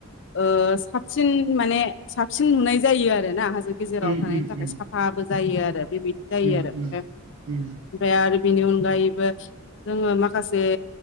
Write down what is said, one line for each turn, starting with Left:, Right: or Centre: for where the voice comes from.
Left: ओ साबसिन माने साबसिन नुनाय जायो आरोना हाजो गेजेराव
Right: उम उम
Left: थानायनि थाखाय
Right: उम
Left: साफाबो जायो आरो बेबायदि जायो
Right: उम
Left: आरो
Right: उम
Left: ओमफ्राय
Right: उम उम
Left: ओमफ्राय आरो बेनि अनगायैबो जोङो माखासे